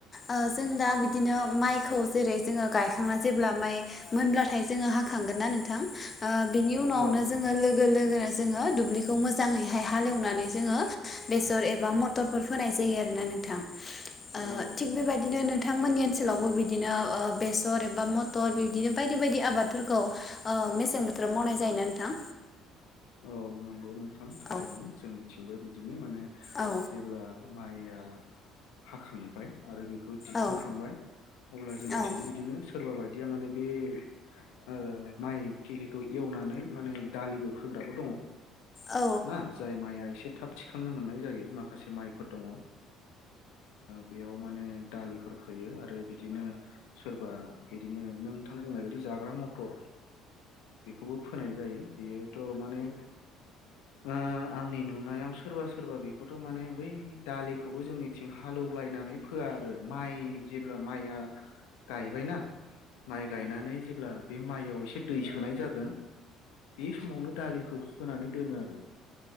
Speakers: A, on the left; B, on the left.
A: ओ जों दा बिदिनो माइखौ जेरै जोङो गायखांना जेब्ला माइ मोनब्लाथाय जोङो हाखांगोन ना नोंथां ओ बिनि उनावनो
B: औ नंगौ
A: जोङो लोगो लोगोनो जोङो दुब्लिखौ मोजाङैहाय हालेवनानै जोङो बेसर एबा मटरफोर फोनाय जायो आरोना नोंथां। ओ
B: औ
A: थिग
B: नंगौ
A: बेबायदिनो नोंथांमोननि ओनसोलावबो बिदिनो ओ बेसर एबा मथर बिदिनो बायदि बायदि आबादफोरखौ ओ मेसें बोथोर मावनाय जायो ना नोंथां?
B: <inaudible> औ नंगौ नोंथां थारैनो
A: औ
B: जोंनिथिंबो बिदिनो माने
A: औ
B: जेब्ला माइया हाखांबाय आरो बेखौ दिखांखांबाय
A: औ
B: अब्ला जोंनिथिंबो
A: नंगौ
B: बिदिनो सोरबा बायदिया माने बे ओ माइ थिलिखौ एवनानै माने दालिबो फोग्राबो दङ
A: औ
B: ना जाय माइआ एसे थाब थिखांनो मोननाय जायो माखासे माइ फोर दङ। ओ बेयाव माने दालिफोर फैयो आरो बिदिनो सोरबा बिदिनो नोंथां बुंनाय बादि जाग्रा मथर बेखौबो फोनाय जायो बेयोथ' माने ओ ओ आंनि नुनायाव सोरबा सोरबा बेखौथ' माने बै दालिखौबो जोंनिथिं हालौलायनानै फो फोया आरो माइ जेब्ला माइआ गायबायना माइ गायनानै जेब्ला बे माइयाव एसे दै सोनाय जागोन बे समावनो दालिखौ सुनानै दोनो आरो।